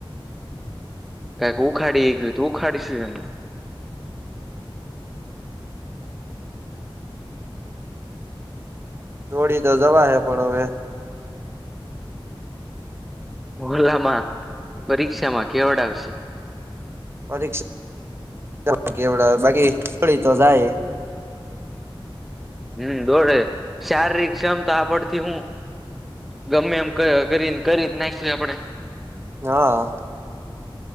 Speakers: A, in the centre; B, on the right (about 25°).
A: કક ઉ ખાડી એ ગયું તું ખાડીશું એનું
B: દોડી તો જવા હે પણ હવે
A: મોલામાં પરીક્ષામાં કેવડ આવશે
B: પરીક્ષા એવ બાકીળ તો જાય
A: હમ દોડે શારીરિક ક્ષમતા આપડથી હું ગમે એમ કરી કરી જ નાખીશું આપડે
B: હા